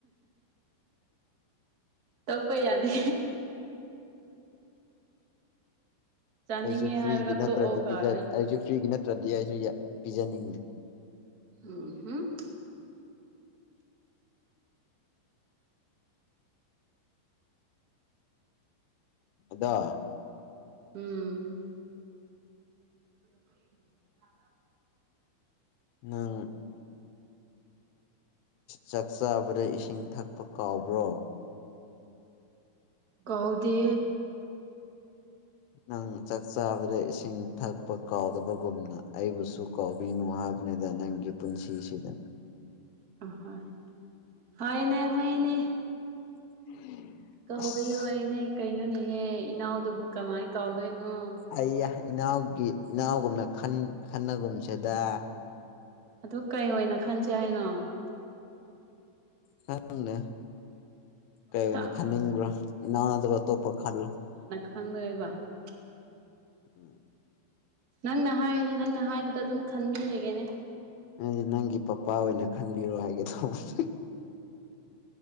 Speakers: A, on the right; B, on the left.
A: ꯇꯞꯄ ꯌꯥꯗꯦ ꯆꯥꯅꯤꯡꯉꯦ
B: ꯑꯩꯁꯨ
A: ꯍꯥꯏꯔꯒ
B: ꯐ꯭ꯔꯤꯒꯤ ꯅꯠꯇ꯭ꯔꯗꯤ
A: ꯇꯣꯛꯑꯣ ꯀꯥꯏꯅ
B: ꯑꯩꯁꯨ ꯐ꯭ꯔꯤꯒꯤ ꯅꯠꯇ꯭ꯔꯗꯤ ꯑꯩꯁꯨ ꯄꯤꯖꯅꯤꯡꯉꯦ
A: ꯎꯝ ꯍꯝ
B: ꯑꯗꯣ
A: ꯎꯝ ꯎ
B: ꯅꯪ ꯆꯥꯛ ꯆꯥꯕꯗ ꯏꯁꯤꯡ ꯊꯛꯄ ꯀꯥꯎꯕ꯭ꯔꯣ
A: ꯀꯧꯗꯦ
B: ꯅꯪ ꯆꯥꯛ ꯆꯥꯕꯗ ꯏꯁꯤꯡ ꯊꯛꯄ ꯀꯥꯎꯗꯕꯒꯨꯝꯅ ꯑꯩꯕꯨꯁꯨ ꯀꯣꯕꯤꯅꯨ ꯍꯥꯏꯕꯅꯦ ꯗ ꯅꯪꯒꯤ ꯄꯨꯟꯁꯤꯁꯤꯗ
A: ꯑꯍꯣꯏ ꯍꯣꯏꯅꯦ ꯍꯣꯏꯅꯦ
B: <unintelligible>
A: ꯀꯥꯎꯕꯤ
B: ꯑꯁ
A: ꯔꯣꯏꯅꯦ ꯀꯩꯅꯣꯅꯤꯍꯦ ꯏꯅꯥꯎꯗꯨꯕꯨ ꯀꯃꯥꯏ ꯀꯥꯎꯗꯣꯏꯅꯣ
B: ꯑꯩ ꯌꯥ ꯏꯅꯥꯎꯒꯤ ꯏꯅꯥꯎꯒꯨꯝꯅ ꯈꯟꯅꯒꯨꯝꯁꯤꯗ
A: ꯑꯗꯨ ꯀꯩ ꯑꯣꯏꯅ ꯈꯟꯁꯦ ꯍꯥꯏꯅꯣ
B: ꯈꯪꯗꯦ ꯀꯩꯑꯣꯏ
A: ꯁꯥ
B: ꯈꯟꯅꯤꯡꯕ꯭ꯔꯥ ꯏꯅꯥꯎ ꯅꯠꯇꯕ ꯑꯇꯣꯞꯄ ꯈꯜꯂꯣ
A: ꯍꯪꯅꯏꯕ
B: ꯎꯝ
A: ꯅꯪꯅ ꯍꯥꯏꯌꯨꯅꯦ ꯅꯪꯅ ꯍꯥꯏꯕꯗꯣ ꯑꯗꯨꯝ ꯈꯟꯃꯤꯔꯒꯦꯅꯦ
B: ꯑꯩꯗꯤ ꯅꯪꯒꯤ ꯄꯄꯥ ꯑꯣꯏꯅ ꯈꯟꯕꯤꯔꯣ ꯍꯥꯏꯒꯦ ꯇꯧꯕꯁ